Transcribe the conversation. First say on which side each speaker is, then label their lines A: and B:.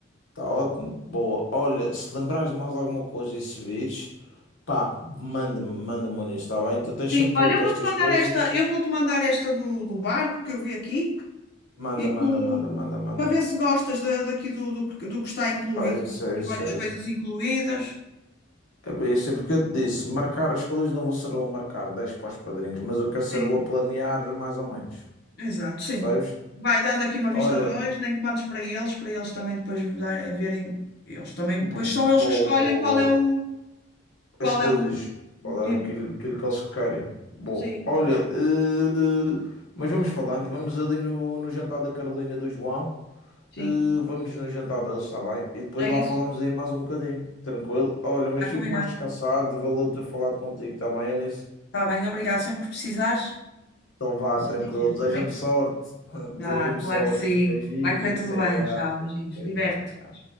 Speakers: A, on the left; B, on the left.
A: Está ótimo. Boa. Olha, se te lembrares de mais alguma coisa e se vires, pá, manda-me, manda-me nisso, está bem? Tu tens
B: Sim,
A: sempre
B: olha,
A: olho
B: eu
A: para
B: vou-te
A: estas
B: mandar
A: coisas.
B: esta, eu vou-te mandar esta do, do barco que eu vi aqui
A: Manda,
B: e
A: manda,
B: tu
A: manda, manda, manda.
B: para ver se gostas da- daqui do, do, que do que está incluído.
A: É isso,
B: Tenho
A: é
B: aqui
A: isso,
B: várias
A: é
B: coisas
A: isso.
B: incluídas.
A: É bem, isso é porque eu te disse, marcar as coisas não vou ser eu a marcar 10 para os padrinhos, mas eu quero ser
B: Sim,
A: eu a planear mais ou menos,
B: exato, sim.
A: percebes?
B: Vai dando aqui uma
A: Olha,
B: vista de olhos, nem que mandes para eles, para eles também depois dar- verem. Eles também,
A: bo-
B: depois são eles
A: boa,
B: que escolhem
A: boa,
B: qual
A: boa,
B: é o, qual
A: as coisas,
B: é o, o
A: qual
B: tipo.
A: é aquilo, aquilo que eles querem? Boa,
B: Sim,
A: olha,
B: que eles,
A: eh, mas vamos falando, vamos ali no, no jantar da Carolina e do João,
B: sim,
A: eh, vamos no jantar deles, está bem? E depois
B: é
A: lá
B: isso.
A: falamos aí mais um bocadinho, tranquilo? Olha, mas
B: Está
A: fico
B: combinado.
A: mais descansado, valeu ter falado contigo, está bem? Eu nem
B: Está bem, obrigado. Sempre que precisares,
A: Então vá,
B: é só
A: tranquilo.
B: dizer,
A: Deseja-me
B: está bem?
A: sorte. <laughs> Deseja-me
B: Tá, claro
A: sorte.
B: que sim.
A: Beijinho.
B: Vai correr tudo
A: Até
B: bem.
A: já.
B: Tchau, beijinhos.
A: Até
B: Diverte.
A: já. tchau.